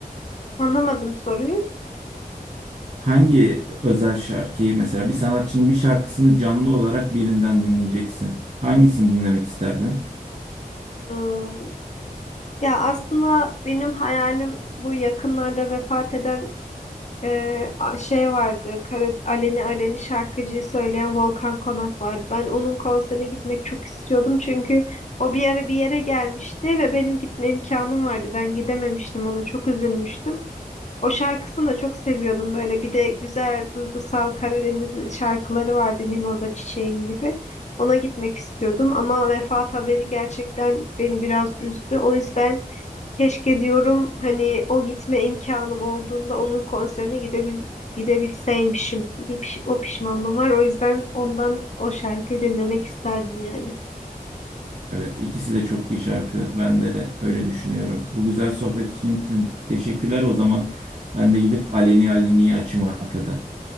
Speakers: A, on the left (about 50°); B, on the right (about 45°).
A: Anlamadım soruyu.
B: Hangi özel şarkıyı mesela bir sanatçının bir şarkısını canlı olarak birinden dinleyeceksin. Hangisini dinlemek isterdin?
A: Hmm. Ya aslında benim hayalim bu yakınlarda vefat eden e, a- şey vardı. Kara, Aleni Aleni şarkıcıyı söyleyen Volkan Konak vardı. Ben onun konserine gitmek çok istiyordum çünkü o bir ara bir yere gelmişti ve benim gitme imkanım vardı. Ben gidememiştim ona çok üzülmüştüm. O şarkısını da çok seviyordum böyle. Bir de güzel duygusal Karadeniz şarkıları vardı Mimoza Çiçeğim gibi. Ona gitmek istiyordum ama vefat haberi gerçekten beni biraz üzdü. O yüzden Keşke diyorum hani o gitme imkanım olduğunda onun konserine gidebil gidebilseymişim. Bir piş- o pişmanlığım var. O yüzden ondan o şarkıyı dinlemek isterdim yani.
B: Evet, ikisi de çok iyi şarkı. Ben de öyle düşünüyorum. Bu güzel sohbet için tüm- teşekkürler o zaman. Ben de gidip Aleni Aleni'yi açayım arkada.